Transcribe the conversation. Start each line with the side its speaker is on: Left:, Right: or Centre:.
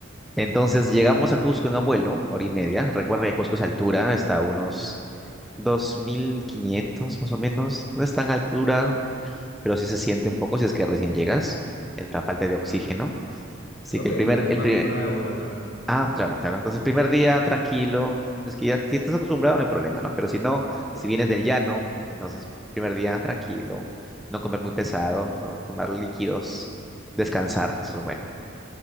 Centre: Entonces llegamos
Left: Dale.
Centre: a Cusco en abuelo, hora y media. Recuerda que Cusco es altura, está a unos 2.500 más o menos. No es tan altura, pero sí se siente
Left: Mm,
Centre: un poco si es que recién llegas, el- la falta de oxígeno.
Left: ah,
Centre: Así
Left: creo
Centre: que
Left: que
Centre: el primer,
Left: es la misma
Centre: el primer,
Left: altura de Bogotá,
Centre: Ah,
Left: más o menos.
Centre: claro, claro. Entonces, el primer día tranquilo. Es que ya si estás acostumbrado, no hay problema, ¿no? Pero si no,
Left: Sí,
Centre: si vienes
Left: sí.
Centre: del llano, entonces, primer día tranquilo, no comer muy pesado, solo tomar líquidos, descansar, eso es bueno.